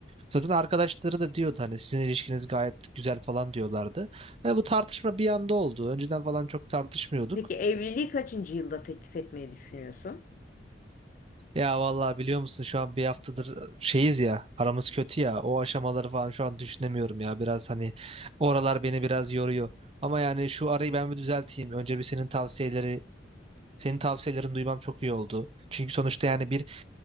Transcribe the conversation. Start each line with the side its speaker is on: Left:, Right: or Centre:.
Right: Zaten arkadaşları da diyordu hani sizin ilişkiniz gayet güzel falan diyorlardı. Ve bu tartışma bir anda oldu. Önceden falan çok tartışmıyorduk.
Left: Peki evliliği kaçıncı yılda teklif etmeyi düşünüyorsun?
Right: Ya vallahi biliyor musun şu an bir haftadır şeyiz ya aramız kötü ya o aşamaları falan şu an düşünemiyorum ya biraz hani oralar beni biraz yoruyor. Ama yani şu arayı ben bir düzelteyim. Önce bir senin tavsiyeleri Senin tavsiyelerini duymam çok iyi oldu. Çünkü sonuçta yani bir